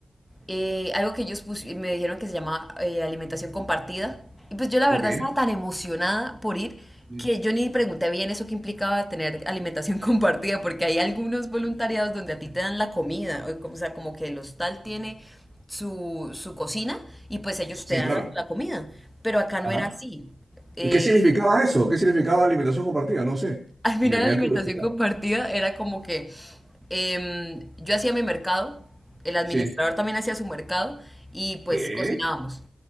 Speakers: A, in the centre; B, on the right.
A: eh, algo que ellos pus- me dijeron que se llama eh, alimentación compartida. Y pues yo la
B: ok.
A: verdad estaba tan emocionada por ir
B: Sí,
A: que yo ni pregunté bien eso que implicaba tener alimentación <laughs> compartida, porque hay algunos voluntariados donde a ti te dan la comida, o o sea, como que el hostal tiene su, su cocina y pues ellos
B: Sí,
A: te dan
B: claro.
A: la, la comida. Pero acá no
B: Ajá.
A: era así. Eh,
B: ¿Y qué significaba
A: <laughs>
B: eso? ¿Qué significaba alimentación compartida? No sé.
A: al final
B: Me, me
A: la alimentación
B: da curiosidad.
A: compartida era como que em, yo hacía mi mercado, el administrador
B: Sí.
A: también hacía su mercado y pues
B: ¿Qué?
A: cocinábamos.